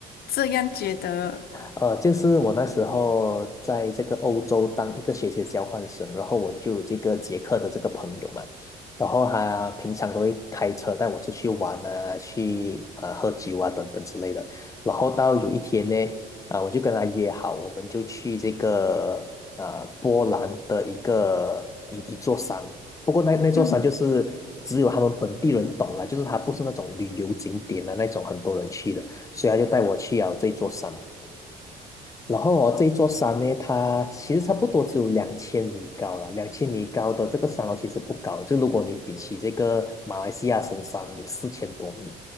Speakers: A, on the left (about 65°); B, on the left (about 20°).
A: 这样觉得？
B: 呃，就是我那时候在这个欧洲当一个学习交换生，然后我就有这个捷克的这个朋友嘛，然后他平常都会开车带我出去玩啊，去呃喝酒啊等等之类的。然后到有一天呢，啊、我就跟他约好，我们就去这个呃波兰的一个一一座山，不过那那座山就是只有他们本地人懂啦，
A: 嗯，
B: 就是它不是那种旅游景点的那种很多人去的，所以他就带我去了这座山。然后哦，这一座山呢，它其实差不多只有两千米高了。两千米高的这个山哦，其实不高。就如果你比起这个马来西亚神山有四千多米，